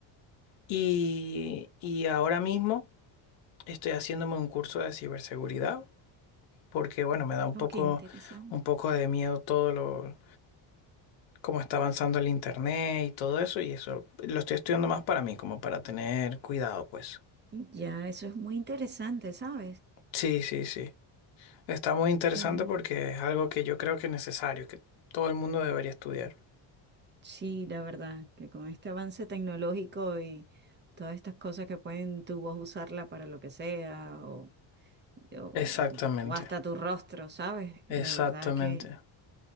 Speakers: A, on the left (about 75°); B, on the right (about 25°).
A: Y, y ahora mismo estoy haciéndome un curso de ciberseguridad, porque bueno, me da un
B: Oh,
A: poco,
B: qué interesante.
A: un poco de miedo todo lo, cómo está avanzando el internet y todo eso, y eso lo estoy estudiando más para mí, como para tener cuidado, pues.
B: Ya, eso es muy interesante, ¿sabes?
A: Sí, sí, sí. Está muy interesante
B: Qué bien.
A: porque es algo que yo creo que es necesario, que todo el mundo debería estudiar.
B: Sí, la verdad, que con este avance tecnológico y todas estas cosas que pueden tu voz usarla para lo que sea o, o-
A: Exactamente,
B: o- hasta tu rostro, ¿sabes?
A: exactamente.
B: De verdad que,